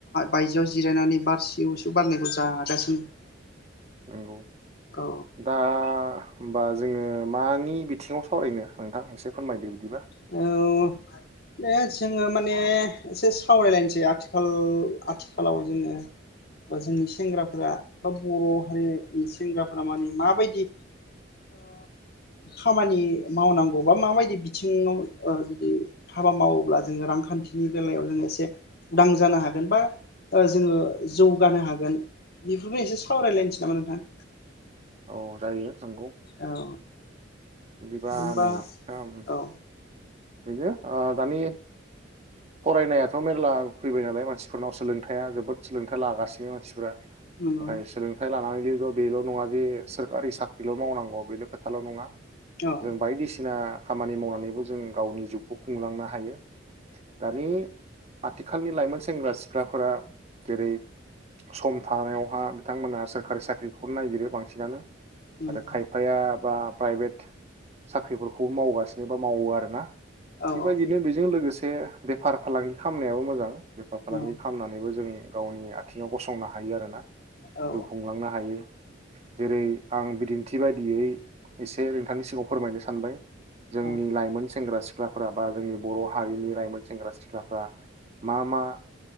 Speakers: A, on the left; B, on the right.
A: बायजोआव जिरायनानै बार सिउ सिउ बारनायखौ जागासिनो
B: नंगौ
A: औ
B: दा होमबा जोङो मानि बिथिङाव सावरायनो नोंथां एसे फोरमायदो बिदिबा
A: औ दे जोङो माने एसे सावरायलायनोसै आथिखाल आथिखालाव जोङो बा जोंनि सेंग्राफोरा बा बर हारिनि सेंग्राफोरा माने माबायदि खामानि मावनांगौ बा माबायदि बिथिं थिङाव ओ जुदि हाबा मावोब्ला जोङो रांखान्थिनि बेलायाव जोङो एसे उदां जानो हागोन बा जोङो जौगानो हागोन बेफोरखौ एसे सावरायलायनोसै नामा नोंथां
B: औ जायो नंगौ
A: औ
B: बिदिबा
A: जेनबा
B: <unintelligible>
A: औ
B: बिनो आ दानि फरायनायाथ मेरला फैबाय नालाय मानसिफोरनाव सोलोंथाया जोबोद सोलोंथाइ लागासिनो मानसिफोरा
A: नंगौ
B: ओमफ्राय सोलोंथाइ लानानै बेल बेल नङा जे सोरखारि साख्रिल मावनांगौ बेल खोथाल नङा
A: औ
B: जों बायदिसिना खामानि मावनानैबो जों गावनि जिउखौ खुंलांनो हायो दानि आथिखालनि लाइमोन सेंग्रा सिख्लाफोरा जेरै सम थानायावहा बिथांमोनहा सोरखारि साख्रिखौनो नागिरो बांसिनानो
A: नंगौ
B: आरो खायफाया बा प्राइभेट साख्रिफोरखौ मावगासिनो बा मावो आरो ना
A: औ
B: बेबायदिनो
A: औ
B: बेजों लोगोसे एसे बेफार फालांगि खालामनायाबो मोजां। बेफार फालांगि
A: औ
B: खालामनानैबो जों। गावनि आथिङाव गसंनो हायो आरो ना।
A: औ
B: जिउ खुंलांनो हायो जेरै आं बिदिनो थि बायदियै एसे ए नोंथांनि सिगाव फोरमायनो सानबाय जोंनि
A: औ
B: लाइमोन सेंग्रा सि सिख्लाफोरा बा जोंनि बर' हारिनि लाइमोन सेंग्रा सिख्लाफ्रा मा मा